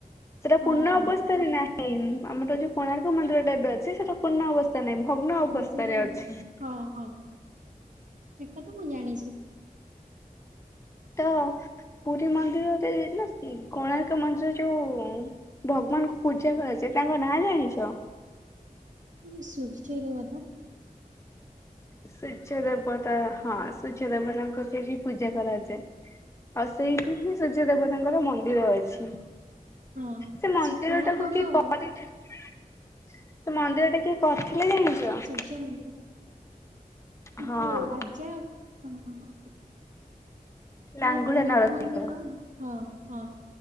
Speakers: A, on the left (about 20°); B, on the right (about 55°).
A: ସେଟା
B: ହଁ
A: ପୂର୍ଣ୍ଣ
B: ହଁ
A: ଅବସ୍ଥାରେ ନା ସେଇ ଆମର ଯୋଉ କୋଣାର୍କ ମନ୍ଦିରଟା ଏବେ ଅଛି ସେଟା ପୂର୍ଣ୍ଣ ଅବସ୍ଥା ନାହିଁ ଭଗ୍ନ
B: ଉଁ,
A: ଅବସ୍ଥାରେ
B: ସେଇଟା
A: ଅଛି।
B: ହଁ ହଁ ସେ କଥା ମୁଁ ଜାଣିଛି।
A: ତ ପୁରୀ ମନ୍ଦିରରେ ନା କୋଣାର୍କ ମନ୍ଦିର ଯୋଉ ଭଗବାନଙ୍କୁ ପୂଜା କରାଯାଏ ତାଙ୍କ ନାଁ ଜାଣିଚ?
B: ହୁଁ ସୁର୍ଯ୍ୟଦେବତା।
A: ସୂର୍ଯ୍ୟଦେବତା ହଁ ସୂର୍ଯ୍ୟଦେବତାଙ୍କୁ ସେଠି ପୂଜା କରାଯାଏ। ଆଉ ସେଇଠି ହିଁ ସୂର୍ଯ୍ୟଦେବତାଙ୍କର ମନ୍ଦିର ଅଛି।
B: ହଁ।
A: ସେ ମନ୍ଦିର
B: ସୁ- କୋଣାର୍କର
A: ଟାକୁ କିଏ କରିଥିଲେ? ସେ ମନ୍ଦିରଟା କିଏ କରିଥିଲେ ଜାଣିଛ?
B: ସୂର୍ଯ୍ୟମନ୍ଦିର
A: ହଁ
B: ଯୋଉ ରାଜା କଣ
A: ଲାଙ୍ଗୁଳା
B: ଆଉ କୋଣାର୍କ
A: ନରସିଂହ
B: ମନ୍ଦିର ହଁ ହଁ।